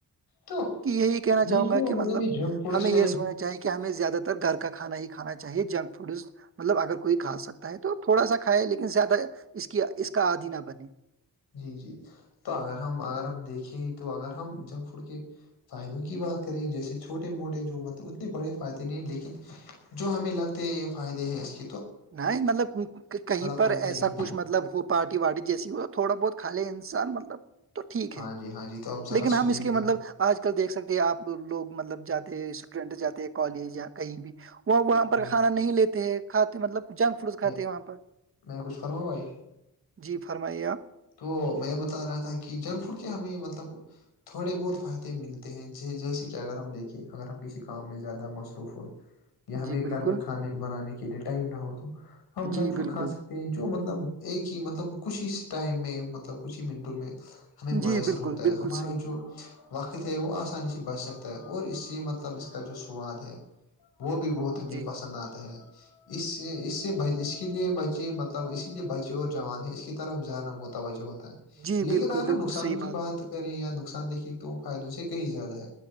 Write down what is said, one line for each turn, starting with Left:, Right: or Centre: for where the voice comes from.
Left: تو
Right: کہ یہی کہنا چاہوں
Left: یہ تو
Right: گا کہ
Left: مطلب ج پڑے
Right: ہمیں
Left: س
Right: یہ
Left: <inaudible>
Right: سوچنا چاہیے ہمیں زیادہ تر گھر کا کانا ہی کھانا چاہے جنک فوڈز مطلب اگر کوئی کھا سکتا ہے تو تھوڑا سا کھائے لیکن زیادہ اس کی اس کا آدھی نہ بنے
Left: جی جی تو اگر ہم اگر ہم دیکھیں تو اگر ہم جنک فوڈ کے فائدوں کی بات کریں جیسے چھوٹے موٹے جو مطلب اتنے بڑے فائدے نہیں لیکن جو ہمیں لگتے ہیں یہ فائدے ہے اس لیے
Right: نہیں مطلب کہیں پر
Left: فائدہ
Right: ایسا
Left: یہ ہے
Right: کچھ
Left: کہ
Right: مطلب ہو پارٹی وارٹی جیسی ہو تھوڑا بہت خالے انسان مطلب تو ٹھیک
Left: ہاں
Right: ہے
Left: جی ہاں جی تو آپ ذرا
Right: لیکن ہم
Left: سنیے
Right: اس
Left: میرا
Right: کے مطلب آج کل دیکھ سکتے ہیں آپ لوگ مطلب جاتے ہیں اسٹوڈینٹ جاتے کالج یا کہیں بھی وہ وہاں پر
Left: جی
Right: کھانا نہیں لیتے ہیں کھاتے مطلب جنک فوڈس کھاتے
Left: میں
Right: ہیں وہاں پر
Left: میں کچھ فرما بھائی
Right: جی فرمائیے آپ
Left: تو میں بتا رہا تھا کہ جنک فوڈ کیا ہمیں مطلب تھوڑے بہت فائدے ملتے ہیں جیسے کہ اگر ہم دیکھیں اگر ہم کسی کام میں زیادہ مصروف ہو یا ہمیں
Right: جی
Left: گھر
Right: بالکل
Left: کا کھانے بنانے کے لیے ٹائم نہ ہو تو ہم
Right: جی
Left: جنک فوڈ
Right: بالکل
Left: کھا سکتے جو مطلب ایک ہی مطلب کچھ ہی ٹائم میں مطلب کچھ ہی منٹوں میں ہمیں
Right: جی
Left: میسر
Right: بالکل،
Left: ہوتا
Right: بالکل
Left: ہے ہمارا
Right: صحیح،
Left: جو وقت ہے وہ آسانی سے بچ سکتا ہے اور اس سے مطلب اس کا جو سواد ہے وہ بھی بہت ہمیں
Right: جی،
Left: پسند آتا ہے اس اس سے اس کے لیے بچے مطلب اسی لیے بچے اور جوان ہے اس کی طرف ا متا وجہ ہوتا ہے
Right: جی
Left: لیکن
Right: بالکل،
Left: اگر ہم
Right: بالکل
Left: نقصانوں
Right: صحیح
Left: کی بات کریں یا نقصان دیکھے تو فائدوں سے کہیں زیادہ ہے